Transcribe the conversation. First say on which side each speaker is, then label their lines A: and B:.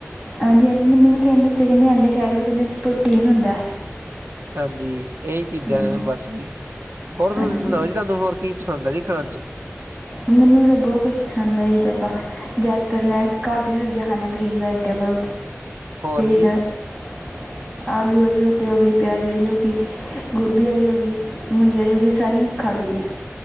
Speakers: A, on the right; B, on the right.
A: ਹਾਂਜੀ, ਹਾਂਜੀ ਮੈਨੂੰ ਵੀ ਕਹਿੰਦੇ ਸੀ ਕਹਿੰਦੇ ਆਂਡੇ ਖਾਇਆ ਕਰੋ ਕਹਿੰਦੇ ਇਹਦੇ ਵਿੱਚ ਪ੍ਰੋਟੀਨ ਹੁੰਦਾ।
B: ਹਾਂਜੀ ਇਹ ਹੀ ਚੀਜ਼ਾਂ
A: ਹਮ
B: ਬਸ ਜੀ। ਹੋਰ ਤੁਸੀਂ
A: ਹਾਂਜੀ
B: ਸੁਣਾਓ ਜੀ? ਤੁਹਾਨੂੰ ਹੋਰ ਕੀ ਪਸੰਦ ਹੈ ਜੀ ਖਾਣ ਚ।
A: ਮੈਨੂੰ ਤਾਂ ਬਹੁਤ ਕੁਛ ਪਸੰਦ ਆ ਇਹ ਦੱਬਾ ਜ਼ਿਆਦਾਤਰ ਮੈਂ ਘਰ ਦੀਆਂ ਸਬਜ਼ੀਆਂ ਖਾਂਦਾ, ਗ੍ਰੀਨ ਵੈਜੀਟੇਬਲ
B: ਹੋਰ
A: <inaudible>
B: ਜੀ
A: ਆਲੂ ਵਾਲੀ ਰੋਟੀ ਹੋ ਗਈ ਪਿਆਜ ਵਾਲੀ ਹੋ ਗਈ। ਗੋਭੀ ਵਾਲੀ ਹੋ ਗਈ ਮੂਲੀ ਵਾਲੀ ਹੋ ਗਈ ਸਾਰੀਆਂ ਖਾ ਲਈ ਦੀਆਂ।